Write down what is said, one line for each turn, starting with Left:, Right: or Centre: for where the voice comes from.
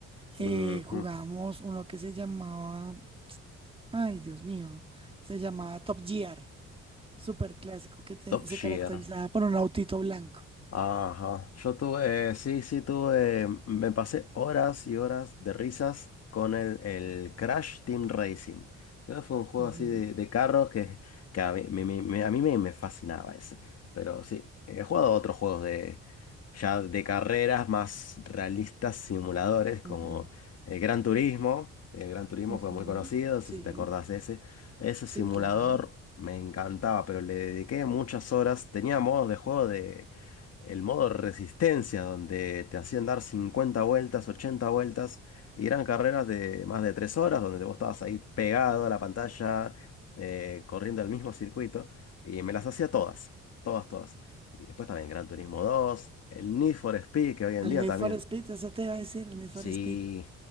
Left: Ujú.
Right: Eh, jugábamos uno que se llamaba. Ay, Dios mío, se llamaba Top Gear, súper clásico, que te-
Left: Top
Right: se
Left: Gear.
Right: caracterizaba por un autito blanco.
Left: Ajá, yo tuve, sí, sí, tuve, me pasé horas y horas de risas con el, el Crash Team Racing. Creo que fue un juego
Right: Ujú,
Left: así de, de carros que, que a mí, me, me- me- a mí me, me fascinaba ese. Pero sí, he jugado a otros juegos de, ya de carreras más realistas, simuladores, como
Right: ujú,
Left: el Gran Turismo. El Gran Turismo
Right: ujú.
Left: fue muy conocido, no sé
Right: Sí,
Left: si te acordás de ese. Ese simulador
Right: sí, claro.
Left: me encantaba, pero le dediqué muchas horas. Tenía modos de juego de el modo resistencia, donde te hacían dar 50 vueltas, 80 vueltas, y eran carreras de más de 3 horas, donde vos estabas ahí pegado a la pantalla, eh, corriendo el mismo circuito, y me las hacía todas, todas, todas. Y después también Gran Turismo dos el Need for Speed, que hoy en
Right: El
Left: día
Right: Need
Left: también,
Right: for Speed, eso te iba a decir, el Need for
Left: sí,
Right: Speed.